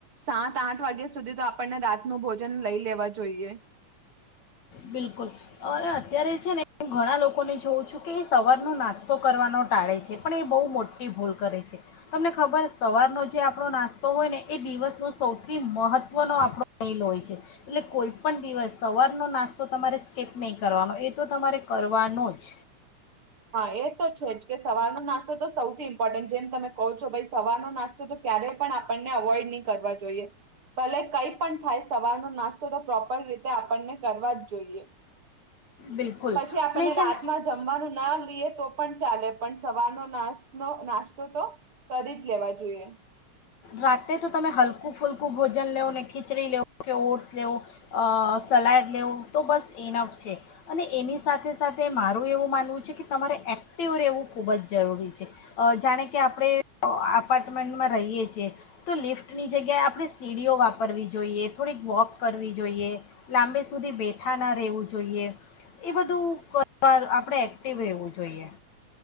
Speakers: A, on the right (about 45°); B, on the left (about 65°).
A: સાત આઠ વાગ્યા સુધી તો આપણને રાતનું ભોજન લઈ લેવા જોઈએ
B: બિલકુલ અરે અત્યારે છે ને હું ઘણા લોકોને જોઉં છું કે એ સવારનો નાસ્તો કરવાનો ટાળે છે પણ એ બહુ મોટી ભૂલ કરે છે તમને ખબર સવારનો જે આપણો નાસ્તો હોય ને એ દિવસનો સૌથી મહત્વનો આપણોલ હોય છે એટલે પણ દિવસ સવારનો નાસ્તો તો તમારે સ્કીપ નહીં કરવાનો એ તો તમારે કરવાનો જ
A: હા એ તો છે જ કે સવારનો નાસ્તો તો સૌથી ઇમ્પોર્ટન્ટ જેમ તમે કહો છો ભાઈ સવાર નો નાસ્તો તો ક્યારે પણ આપણને અવોઈડ નહીં કરવા જોઈએ ભલે કઈ પણ થાય સવારનો નાસ્તો તો પ્રોપર રીતે આપણને કરવા જ જોઈએ
B: બિલકુલ
A: પછી આપણને
B: અને છે
A: રાતમાં
B: ને
A: જમવાનું તો પણ ચાલે પણ સવારનો ના નાસ્તો તો કરી જ લેવા જોઈએ
B: રાતે તો તમે હલકું ફૂલકું ભોજન લવ ને ખીચડી લેવો કે ઓટ્સ લેવો સલાડ લેવો તો બસ ઇનફ છે અને એની સાથે સાથે મારું એવું માનવું છે કે તમારે એક્ટિવ રહેવું ખૂબ જ જરૂરી છે જાણે કે આપણે આપટ મેન્ટમાં રહીએ છીએ તો લિફ્ટની જગ્યાએ આપણે સીડીઓ વાપરવી જોઈએ થોડીક વોક કરવી જોઈએ લાંબે સુધી બેઠા ના રહેવું જોઈએ એ બધું કરવા આપણે એક્ટિવ રહેવું જોઈએ